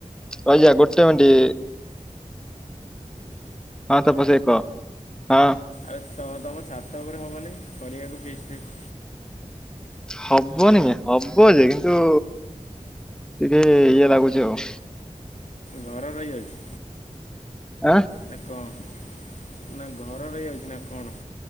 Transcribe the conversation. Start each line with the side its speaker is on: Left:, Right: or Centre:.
Centre: ରାଇଜା ଗୋଟେ ମିିନିଟ୍ ହଁ ତାପସ୍ ଭାଇ କଅ ହଁ।
Left: ଆ ତ-ତମ ଛାତ ଉପରେ ହବନି କରିବାକୁ ଫିସ୍ ଫିସ୍।
Centre: ହବନି ହବ ଯେ କିନ୍ତୁ ଟିକେ ଇଏ ଲାଗୁଛି ଆଉ।
Left: ଘର ରହିଯାଉଛି
Centre: ଆଁ।
Left: ନା କଣ ନା ଘର ରଇ ଯାଉଛି ନା କଣ।